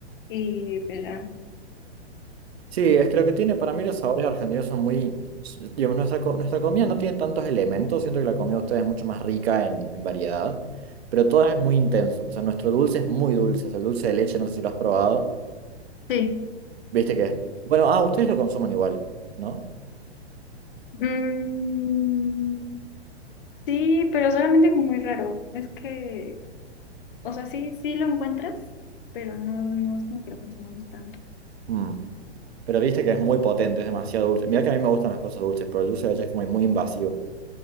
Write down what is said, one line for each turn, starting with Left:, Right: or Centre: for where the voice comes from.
Left: Y, pero,
Right: Sí, es que lo que tiene para mí los sabores argentinos son muy, s- digamos, nuestra, co- nuestra comida no tiene tantos elementos, siento que la comida de ustedes es mucho más rica en, en variedad, pero todo es muy intenso, o sea, nuestro dulce es muy dulce, o sea, el dulce de leche, no sé si lo has probado,
Left: sí.
Right: viste que es, bueno, ah, ustedes lo consumen igual, ¿no?
Left: Mm, sí, pero solamente como muy raro. Es que, o sea, sí, sí lo encuentras, pero no, no es como que lo consumamos tanto.
Right: Mm. Pero viste que es muy potente, es demasiado dulce. Mira que a mí me gustan las cosas dulces, pero el dulce de leche es como muy
Left: Mm.
Right: invasivo.